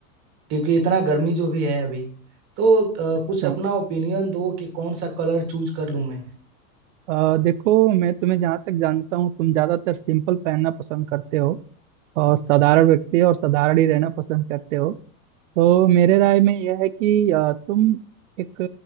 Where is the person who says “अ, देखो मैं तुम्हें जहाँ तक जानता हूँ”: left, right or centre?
Right